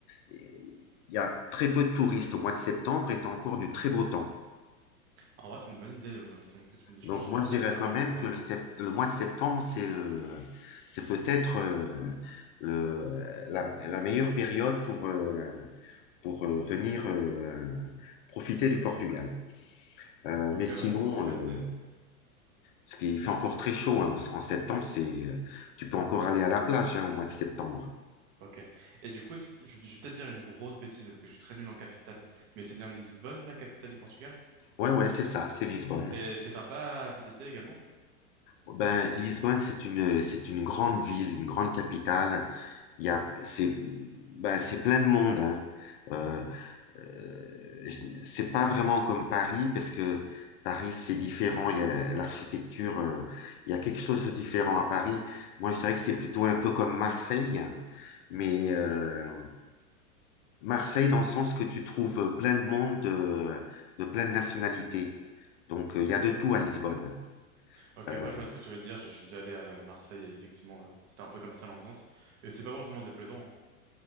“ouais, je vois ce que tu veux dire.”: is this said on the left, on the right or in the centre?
Right